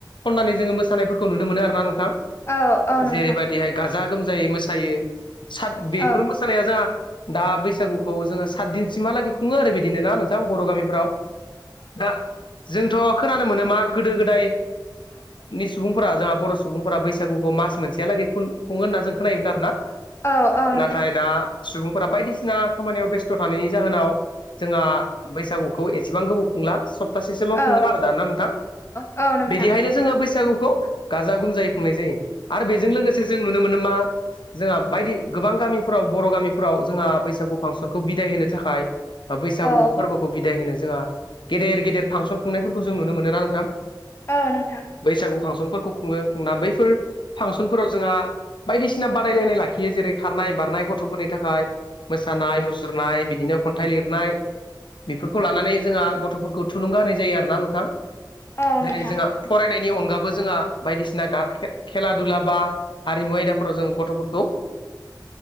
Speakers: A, on the left; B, on the left.
A: खननानै जोङो मोसानायफोरखौ नुनो मोनो आरोना नोंथां
B: औ औ नोंथां
A: जेरैबायदिहाय गाजा गोमजायै मोसायो साद बेफोर
B: औ
A: मोसानाया जाहा दा बैसागुखौ जोङो सात दिनसिमहालागै खुङो आरो बिदिनो ना नों थां बर' गामिफ्राव दा जोंथ' खोनानो मोनो मा गोदो गोदाय नि सुबुंफोरा जोंहा बर' सुबुंफोरा बैसागुखौ मास मोनसेहालागै खुङो होनना जों खोनायोमोन आरोना।
B: औ नोंथां
A: नाथाय दा सुबुंफोरा बायदिसिना खामानियाव बेस्थ' थानायनि जाहोनाव जोंहा बैसागुखौ एसेबां गोबाव खुंला सब थासेसोल'
B: औ
A: खुङो आरो दाना नोंथां
B: औ नोंथां औ नोंथां औ नोंथां औ नोंथां
A: बिदिहायनो जोङो बैसागुखौ गाजा गोमजायै खुंनाय जायो आरो बेजों लोगोसे जों नुनो मोनो मा जोंहा बायदि गोबां गामिफोराव बर' गामिफोराव जोंहा बैसागु फांसनखौ बिदाय होनो थाखाय बा बैसागु
B: औ
A: फोरबोखौ बिदाय होनो जोंहा गेदेर गेदेर फांसन खुंनायफोरखौ जों नुनो मोनो ना नोंथां।
B: औ नोंथां।
A: बैसागु फांसनफोरखौ खुङो खुंना बैफोर फांसनफोराव जोंहा बायदिसिना बादायलायनाय लाखियो। जेरै खारनाय बारनाय गथ'फोरनि थाखाय मोसानाय, मुसुरनाय, बिदिनो खन्थाइ लिरनाय, बेफोरखौ लानानै जोंहा गथ'फोरखौ थुलुंगा होनाय जायो आरोना नोंथां
B: औ
A: जेरै
B: नोंथां
A: जोंहा फरायनायनि अनगाबो जोंहा बायदिसिना खेला दुला बा हारिमु आयदाफोराव जों गथ'फोरखौ